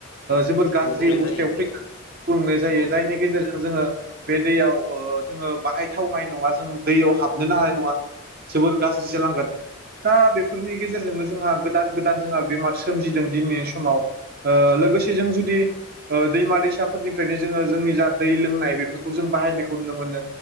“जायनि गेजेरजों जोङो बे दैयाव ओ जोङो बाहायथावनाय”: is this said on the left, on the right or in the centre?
Right